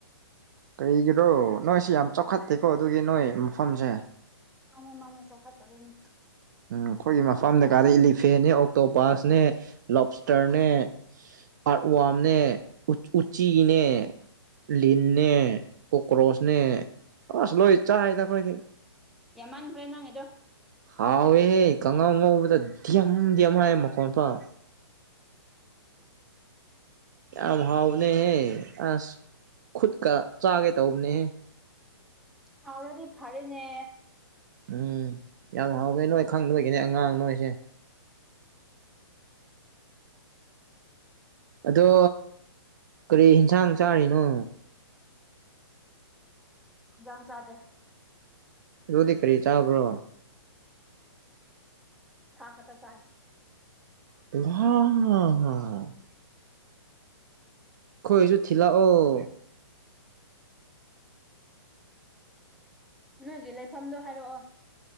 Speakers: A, on the right; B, in the centre.
A: ꯀꯩꯔꯤꯒꯤꯔꯣ ꯅꯣꯏꯁꯤ ꯌꯥꯝ ꯆꯥꯎꯈꯠꯇꯦꯀꯣ ꯑꯗꯨꯒꯤ ꯅꯣꯏ ꯃꯐꯝꯁꯦ
B: ꯃꯥꯅꯦ ꯃꯥꯅꯦ ꯆꯥꯎꯈꯠꯇꯕꯅꯦ
A: ꯑꯩꯈꯣꯏꯒꯤ ꯃꯐꯝꯗ ꯀꯥꯗꯤ ꯏꯂꯤꯐꯦꯟꯅꯦ ꯑꯣꯛꯇꯣ ꯄꯁꯅꯦ ꯂꯣꯞꯁꯇꯔꯅꯦ ꯑꯥꯔꯠ ꯋꯥꯝꯅꯦ ꯎꯆꯤꯅꯦ ꯂꯤꯟꯅꯦ ꯀꯣꯛꯀ꯭ꯔꯣꯁꯅꯦ ꯑꯁ ꯂꯣꯏ ꯆꯥꯏꯗ ꯑꯩꯈꯣꯏꯗꯤ
B: ꯌꯥꯃꯥꯟꯈ꯭ꯔꯦ ꯅꯪꯒꯤꯗꯣ
A: ꯍꯥꯎꯋꯦꯍꯦ ꯀꯪꯒꯥꯥꯎ ꯉꯧꯕꯗ ꯙꯌꯝ ꯙꯌꯝ ꯍꯥꯏ ꯃꯈꯣꯟ ꯊꯣꯛ ꯌꯥꯝ ꯍꯥꯎꯕꯅꯦꯍꯦ ꯑꯁ ꯈꯨꯠꯀ ꯆꯥꯒꯦ ꯇꯧꯕꯅꯦꯍꯦ
B: ꯍꯥꯎꯔꯥꯗꯤ ꯐꯔꯦꯅꯦ
A: ꯎꯝ ꯌꯥꯝ ꯍꯥꯎꯕꯅꯦ ꯅꯣꯏ ꯈꯪꯗꯕꯒꯤꯅꯤ ꯑꯉꯥꯡ ꯅꯣꯏꯁꯦ ꯑꯗꯣ ꯀꯔꯤ ꯌꯦꯟꯁꯥꯡ ꯆꯥꯔꯤꯅꯣ
B: ꯏꯟꯁꯥꯡ ꯆꯥꯗꯦ
A: ꯑꯗꯨꯗꯤ ꯀꯔꯤ ꯆꯥꯕ꯭ꯔꯣ
B: ꯁꯥ ꯈꯛꯇ ꯆꯥꯏ
A: <unintelligible> ꯈꯣꯏꯁꯨ ꯊꯤꯂꯛ ꯑꯣ
B: ꯅꯪꯒꯤ ꯂꯩꯐꯝꯗꯣ ꯍꯥꯏꯔꯛꯑꯣ